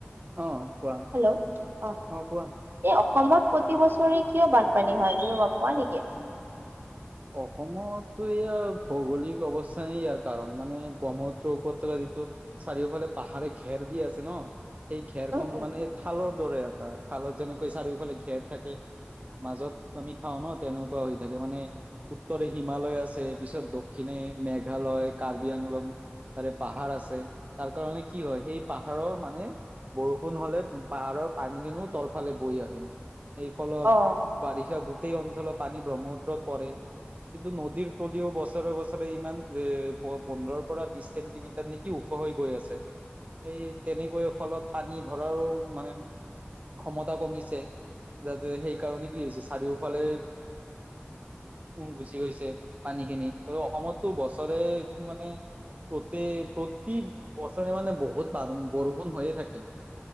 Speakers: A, on the right; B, on the right.
A: অ কোৱা
B: হেল্ল' অ-
A: অ কোৱা
B: অসমত প্ৰতি বছৰে কিয় বানপানী হয় তুমি গম পোৱা নেকি?
A: অসমতো ইয়াৰ ভৌগোলিক অৱস্থান ইয়াৰ কাৰণ মান ব্ৰহ্মপুত্ৰ উপত্যকা - চাৰিওফালে পাহাৰে ঘেৰ দি আছে ন সেই ঘেৰখন
B: উম উম
A: মানে থালৰ - দৰে এটা খালত যেনেকৈ চাৰিওফালে ঘেৰ থাকে মাজত আমি খাওঁ ন তেনেক - কোৱা হৈ থাকে মানে । উত্তৰে হিমালয় আছে পিছত দক্ষিণে মেঘালয়, কাৰ্বি আংলং । তাৰে পাহাৰ আছে তাৰ কাৰণে কি হয় সেই পাহাৰৰ মানে । বৰষুণ হলে পাহাৰৰ পানীখিনিও তলফালে বৈ আহে। এই ফলত
B: অ
A: বাৰিষা গোটেই অঞ্চলত পানী ব্ৰহ্মপুত্ৰত পৰে। কিন্তু নদীৰ তলিও বছৰে-বছৰে ইমান এ পোন্ধৰৰ পৰা বিশ চেণ্টিমিটাৰ নেকি? ওখ হৈ গৈ আছে সেই তেনেকৈ ফলত পানী ধৰাৰো মানে ক্ষমতা কমিছে যাতে সেইকাৰণে কি হৈছে । চাৰিওফালে উম উম গুচি গৈছে পানীখিনি আৰু অসমতো বছৰে মানে প্ৰতি-প্ৰতি বছৰে মানে বহুত বৰষুণ হৈয়ে থাকে।